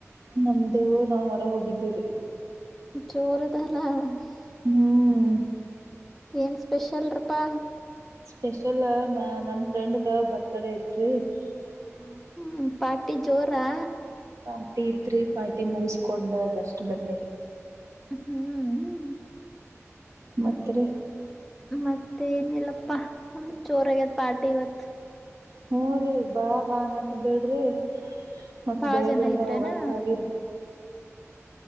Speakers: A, on the right (about 80°); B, in the centre.
A: ನಮ್ದು ನಾವ ಹೊರ ಹೋಗಿದಿವ್ರಿ
B: ಚೋರುದಲ್ಲ <unintelligible>
A: ಹ್ಮ್
B: ಏನ್ ಸ್ಪೆಷಲ್ರಪಾ
A: ಸ್ಪೆಷಲ್ ನನ್ ಫ್ರೆಂಡ್ದ ಬರ್ತ್ಡೇ ಇತ್ರಿ <unintelligible>
B: ಹ್ಮ್ ಪಾರ್ಟಿ ಜೋರಾ
A: ಪಾರ್ಟಿ ತ್ರಿ ಪಾರ್ಟಿ ಮುಗಸ್ಕೊಂಡ ಅದಷ್ಟ್ ಬನ್ನಿರಿ
B: ಹ್ಮ್ ಹ್ಮ
A: ಮತ್ತೆ <unintelligible>
B: ಮತ್ತೆ ಏನಿಲ್ಲಪ್ಪಾ ಅಂದ್ರೆ <unintelligible> ಚೋರ ಆಗತ್ ಪಾರ್ಟಿ ಇವತ್
A: ಹೂ ರೀ ಬಾ ಬಾನತ <unintelligible> ಮತ್ತತ್
B: ಬಾಳ
A: ಬೆಳಿಗ್ಗೆಯಿಂದ
B: ಜನ ಇದ್ರೇನಾ
A: ಹೋಗಕ್ ಆಗರಿ